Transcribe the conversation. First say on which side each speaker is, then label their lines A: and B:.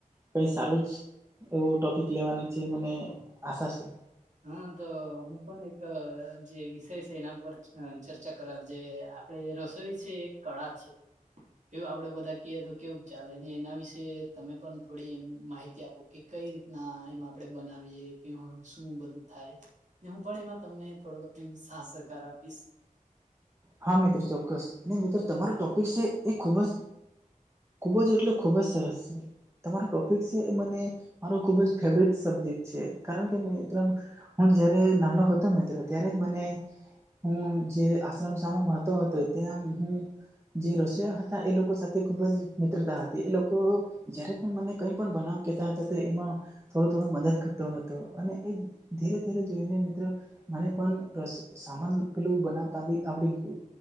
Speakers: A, on the right; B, on the right.
A: કઈ સારું જ એવું ટોપિક લેવાનું છે મને આશા છે
B: હા તો હું પણ એક જે વિષય છે એના ઉપર ચર્ચા કરવા જે રસોઈ છે એક કળા છે. એવું આપડે બધા કીએ તો કેવું ચાલે એના વિશેે તમે પણ થોડી માહિતી આપો. કે કઈ રીતના એમાં આપડે બનાવીએ કે શું બધું થાય હું પણ એમાં તમને થોડો સાહ સહકાર આપીશ.
A: હા મિત્ર ચોક્કસ અને મિત્ર તમારો ટોપિક છે એ ખૂબ જ ખૂબ જ એટલે ખુબ જ સરસ. તમારો ટોપિક છે એ મને મારો ખુબ જ ફેવટ સબજેક્ટ છે કારણ કે મે. હું જયારે નાનો હતો મિત્ર ત્યારે મને હું જે. શ્રમ સા ભણતો હતો ત્યાં હું જે રસોયા હતા એ લોકો સાથે ખૂબ જ. મિત્રતા હતી એ લોકો જય્યારે પણ મને કઈ પણ બનાવ કતા હતા તો એમાં થોડો થોડો મદદ કરતો હતો અને એ ધીરે ધીરે જોઈને મને પણ સ સામાન પેલું બનાવતા બી આવડી ગયું.